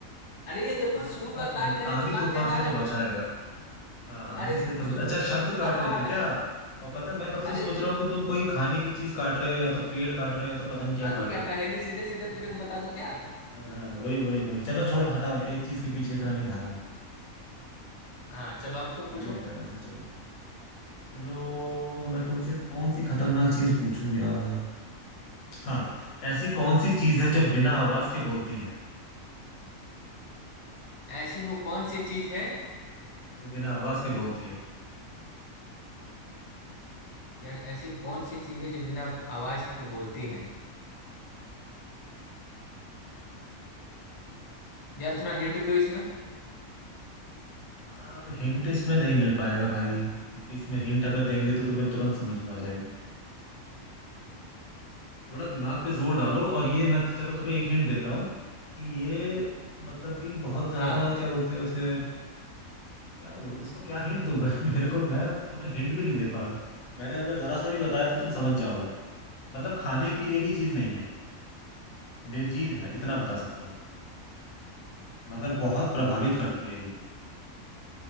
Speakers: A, on the left; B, on the left.
A: अरे ये देखो
B: हाँ
A: शुरू
B: ये बात
A: का
B: तो
A: काट
B: है
A: रहे हैं
B: आंधी
A: तो कान
B: तूफान
A: कहला
B: से
A: रहा
B: तो
A: है
B: बचाएगा
A: शु-
B: हाँ आंधी
A: अरे
B: से तो
A: शुरू
B: अच्छा शब्द
A: शुरू
B: काट
A: का म
B: रहे थे
A: हटा
B: क्या और पता है मैं कब से
A: अरे
B: सोच
A: देखो
B: रहा हूँ कि तुम कोई खाने की चीज काट रहे हो या तो पेड़ काट रहे हो या तो पता नहीं क्या
A: हाँ तो
B: काट
A: क्या
B: रहे
A: पहेली सीधे सीधे
B: हो
A: तेरे को बता दूं क्या
B: <laughs> हाँ वही वही वही चलो छोड़ो हटाओ एक चीज के पीछे इतना नहीं भागेंगे
A: हाँ चलो अब तुम पूछो
B: बढ़िया था वैसे चलो चलो मैं तुमसे कौन सी खतरनाक चीज पूछूं यार हाँ ऐसी कौन सी चीज है जो बिना आवाज के बोलती है
A: ऐसी वो कौन सी चीज है
B: जो बिना आवाज के बोलती है
A: यार ऐसी कौन सी चीज है जो बिना आवाज के बोलती है यार थोड़ा हिंट दो इसमें
B: अब हिंट इसमें नहीं मिल पाएगा भाई क्योंकि इसमें हिंट अगर देंगे तो तुम्हें तुरंत समझ में आ जाएगा थोड़ा दिमाग पे जोर डालो और ये मैं तो, चलो तुम्हें एक हिंट देता हूँ कि ये मतलब कि बहुत ज्यादा
A: हाँ
B: क्या बोलते हैं उसे क्या बोल इसको क्या हिंट दूं मैं <laughs> मेरे को मैं तुम्हें हिंट भी नहीं दे पा रहा हूँ मैंने अगर जरा सा भी बताया तो तुम समझ जाओगे मतलब खाने पीने की चीज नहीं है निर्जीव है इतना बता सकता हूँ मगर बहुत प्रभावित करती है ये